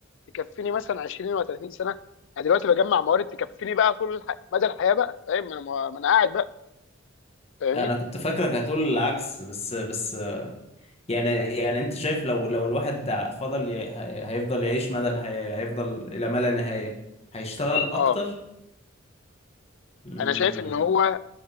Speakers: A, on the left; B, on the left.
A: تكفيني مثلا 20 و30 سنه انا دلوقتي بجمع موارد تكفيني بقى طول الح... مدى الحياه بقى فاهم ما انا ما انا قاعد بقى فاهمني
B: انا كنت فاكرك هتقول العكس بس بس يعني يعني انت شايف لو لو الواحد دع- فضل ي... هي- هيفضل يعيش مدى الحياة هيفضل الى ما لا نهاية هيشتغل اكتر
A: اه
B: امم
A: انا شايف ان هو